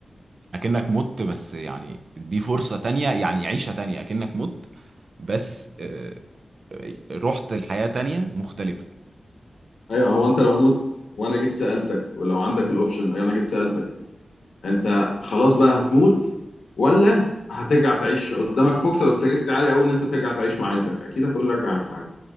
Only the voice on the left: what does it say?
أيوه هو أنت لو مت وأنا جيت سألتك ولو عندك الأوبشن أنا جيت سألتك أنت خلاص بقى هتموت ولا هترجع تعيش قدامك فرصة بس ريسك عالي قوي إن أنت ترجع تعيش مع عيلتك أكيد هتقول لي أرجع أعيش مع عيلتي